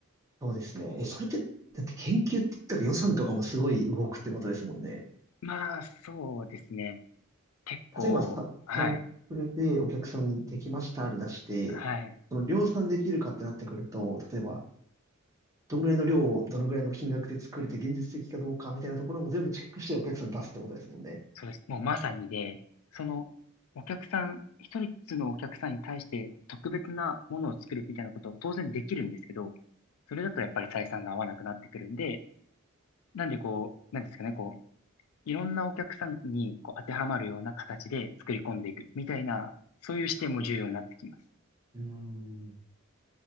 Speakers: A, on the right (about 15°); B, on the left (about 85°).
A: そうですね。え、それって、だって研究って言ったら予算とかもすごい動くってことですもんね。
B: まあ、そうですね。結構、
A: 例えばさ、
B: はい。
A: サンプルでお客さんにできましたで出して、
B: はい。
A: その量産できるかってなってくると、例えば、どんぐらいの量をどのぐらいの金額で作れて現実的かどうかみたいなところも全部チェックしてお客さんに出すってことですもんね。
B: そうです。もうまさにで、そのお客さん、一人のお客さんに対して特別なものを作るみたいなことは当然できるんですけど、それだとやっぱり採算が合わなくなってくるんで、なんでこう、なんていうんですかね、こう、いろんなお客さんにこう当てはまるような形で作り込んでいくみたいな、そういう視点も重要になってきます。
A: うーん。